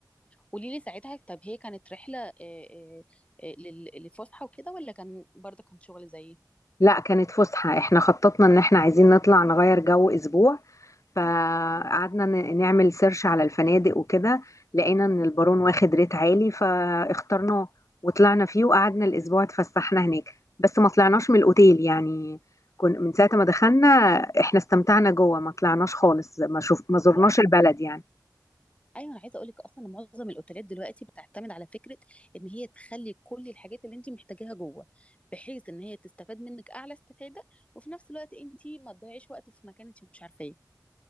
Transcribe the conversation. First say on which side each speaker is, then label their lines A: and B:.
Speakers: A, on the left (about 15°); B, on the left (about 45°).
A: قولي لي ساعتها طب هي كانت رحلة آه، آه، آه، لل- لفسحة وكده ولا كان برضه كان شغل زيي؟
B: لا كانت فسحة احنا خططنا ان احنا عايزين نطلع نغير جو اسبوع فقعدنا ن- نعمل سيرش على الفنادق وكده لقينا ان البارون واخد ريت عالي فاخترناه وطلعنا فيه وقعدنا الاسبوع اتفسحنا هناك بس ما طلعناش من الاوتيل يعني كن من ساعة ما دخلنا احنا استمتعنا جوه ما طلعناش خالص ما شوف ما زرناش
A: آه،
B: البلد يعني
A: ايوه انا عايزه اقول لك اصلا إن معظم الاوتيلات دلوقتي بتعتمد على فكره ان هي تخلي كل الحاجات اللي انت محتاجاها جوه بحيث ان هي تستفاد منك اعلى استفاده وفي نفس الوقت انت ما تضيعيش وقت في مكان انت مش عارفاه